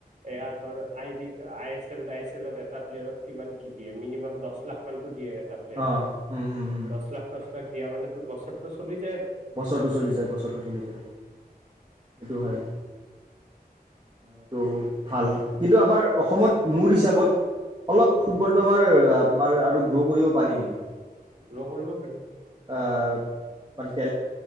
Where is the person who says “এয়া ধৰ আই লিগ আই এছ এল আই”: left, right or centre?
Right